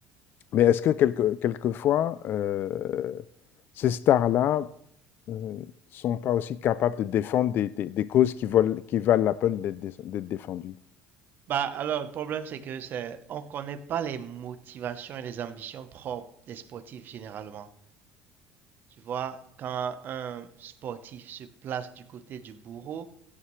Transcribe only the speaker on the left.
Mais est-ce que quelque, quelquefois, euh, ces stars-là ne sont pas aussi capables de défendre des, des- des causes qui, volent- qui valent la peine d'être dé- d'être défendues.